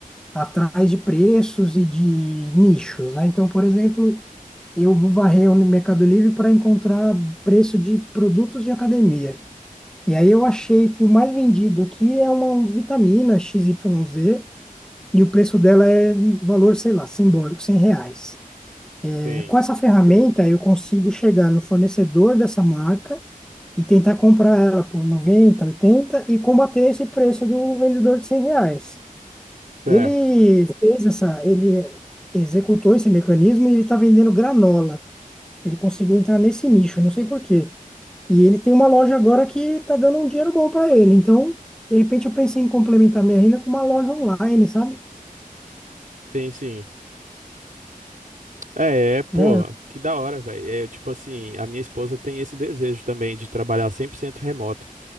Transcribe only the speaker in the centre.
atrás de preços e de nichos, né? Então, por exemplo, eu vou varrer o Mercado Livre para encontrar preço de produtos de academia. E aí eu achei que o mais vendido aqui é uma vitamina x Y z e o preço dela é um valor, sei lá, simbólico, 100 reais. É,
com essa ferramenta, eu consigo chegar no fornecedor dessa marca e tentar comprar ela por 90 80 e combater esse preço do vendedor de 100 reais.
Ele fez essa, ele executou esse mecanismo e ele está vendendo granola. Ele conseguiu entrar nesse nicho, não sei por quê. E ele tem uma loja agora que está dando um dinheiro bom para ele. Então, de repente, eu pensei em complementar minha renda com uma loja online, sabe?
Né?